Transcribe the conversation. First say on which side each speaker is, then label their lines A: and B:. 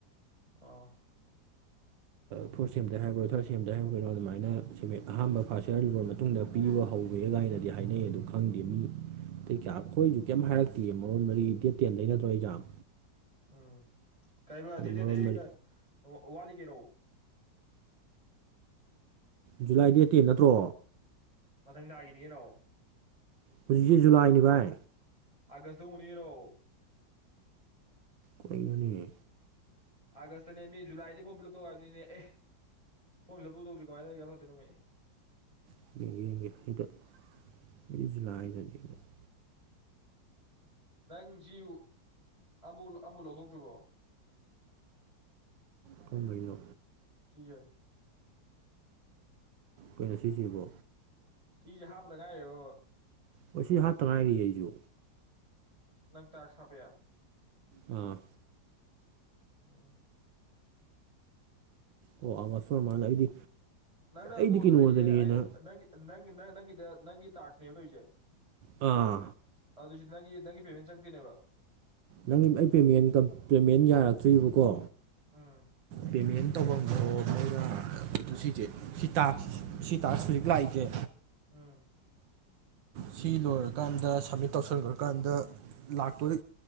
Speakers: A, on the right (about 15°); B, on the right (about 80°).
A: ꯑ
B: ꯐꯣꯔꯠ ꯁꯦꯝ꯭ꯗ ꯍꯥꯏꯕ꯭ꯔꯣ ꯊꯥꯔꯠ ꯁꯦꯝꯗ ꯍꯥꯏꯕ ꯀꯩꯅꯣ ꯑꯗꯨꯃꯥꯏꯅ ꯑꯍꯥꯟꯕ ꯐꯥꯔꯁ ꯌꯌꯥꯔ ꯂꯩꯕ ꯃꯇꯨꯡꯗ ꯄꯤꯕ ꯍꯧꯋꯦ ꯀꯥꯏꯅꯗꯤ ꯍꯥꯏꯅꯩ ꯑꯗ ꯈꯪꯗꯦ ꯃꯤ ꯀꯩꯀꯥ ꯑꯩꯈꯣꯏꯁꯨ ꯀꯩꯝ ꯍꯥꯏꯔꯛꯇꯦ ꯃꯔꯣꯟ ꯃꯔꯤ ꯗꯦꯠ ꯇꯦꯟꯗꯩ ꯅꯠꯇ꯭ꯔꯣ ꯑꯦꯖꯥꯝ
A: ꯎꯝ ꯀꯥꯏꯃ ꯑꯗꯨꯗꯤ
B: ꯃꯔꯣꯟ
A: ꯅꯒ
B: ꯃꯔꯤ
A: ꯋꯥꯠꯂꯤ ꯀꯩꯅꯣ
B: ꯖꯨꯂꯥꯏ ꯗꯦꯠꯇꯦꯟ ꯅꯠꯇ꯭ꯔꯣ
A: ꯃꯊꯪ ꯇꯥꯒꯤꯅꯤꯉꯩꯅꯣ
B: ꯍꯧꯖꯤꯛꯁꯦ ꯖꯨꯂꯥꯏꯅꯤ ꯚꯥꯏ꯫
A: ꯑꯒꯁꯇ ꯑꯣꯏꯔꯝꯒꯅꯤꯀꯩꯅꯣ꯫
B: ꯀꯩꯅꯣꯅꯦ꯫
A: ꯑꯥꯒꯁꯇꯅꯃꯤ ꯖꯨꯂꯥꯏꯗ ꯐꯣꯝ ꯐꯤꯂꯞ ꯇꯧꯌꯥꯗꯦꯅꯦ ꯑꯦ ꯐꯣꯝ ꯐꯤꯂꯞꯄꯧ ꯇꯧꯗ꯭ꯔꯤ ꯀꯃꯥꯏꯅ ꯑꯦꯛꯖꯥꯝ ꯊꯥꯗꯣꯏꯅꯣꯃꯦ꯫
B: ꯌꯦꯡꯒꯦ ꯌꯦꯡꯒꯦ ꯑꯝꯇ ꯍꯧꯖꯤꯛꯁꯦ ꯖꯨꯂꯥꯏ <unintelligible>
A: ꯅꯪꯁꯤꯌꯨ ꯑꯝꯕꯧ ꯑꯝꯕꯧ ꯂꯧꯊꯣꯛꯇ꯭ꯔꯤꯕꯣ꯫
B: ꯀꯔꯝꯕꯩꯅꯣ꯫
A: ꯁꯤꯖꯦ꯫
B: ꯀꯩꯅꯣ ꯁꯤꯖꯦꯕꯣ꯫
A: ꯁꯤꯖꯦ ꯍꯥꯞꯄꯗ ꯉꯥꯏꯔꯤꯕꯕ꯫
B: ꯑꯣ ꯁꯤ ꯍꯥꯞꯇ ꯉꯥꯏꯔꯤꯌꯦ ꯑꯩꯖꯨ꯫
A: ꯅꯪ ꯇꯥꯛꯁ ꯍꯥꯞꯄꯑꯦ꯫
B: ꯑ꯫
A: ꯑ꯫
B: ꯑꯣ ꯑꯥ <unintelligible> ꯃꯥꯜꯂꯦ ꯑꯩꯗꯤ
A: ꯅꯪꯅ
B: ꯑꯩꯗꯤ
A: ꯀꯣꯜ
B: ꯀꯩꯅꯣꯗꯅꯦꯅ
A: ꯇꯧꯔꯛꯏꯖꯦ ꯑꯩꯒꯣ ꯅꯪ ꯅꯪꯒꯤ ꯅꯪꯒꯤꯗ ꯅꯪꯒꯤ ꯇꯥꯛꯁꯅꯦꯕ ꯇꯧꯔꯤꯖꯦ꯫
B: ꯑꯥ꯫
A: ꯑꯗꯨ ꯁꯤ ꯅꯪꯒꯤ ꯅꯪꯒꯤ ꯄꯦꯃꯦꯟ ꯆꯪꯊꯣꯏꯅꯦꯕ꯫
B: ꯅꯪꯒꯤ ꯑꯩ ꯄꯦꯃꯦꯟ ꯌꯥꯔꯛꯇ꯭ꯔꯤꯕꯀꯣ꯫
A: ꯎꯝ
B: ꯄꯦꯃꯦꯟ ꯇꯧꯐꯝꯗꯣ ꯃꯣꯏꯅ ꯁꯤꯖꯦ ꯁꯤꯇꯥꯛꯁ ꯁꯤꯇꯥꯛꯁ ꯍꯧꯖꯤꯛ ꯂꯥꯛꯏꯖꯦ
A: ꯎꯝ꯫
B: ꯁꯤ ꯂꯣꯏꯒꯔꯀꯥꯟꯗ ꯁꯃꯤꯠ ꯇꯧꯁꯟꯒ꯭ꯔꯀꯥꯟꯗ ꯂꯥꯛꯇꯣꯏ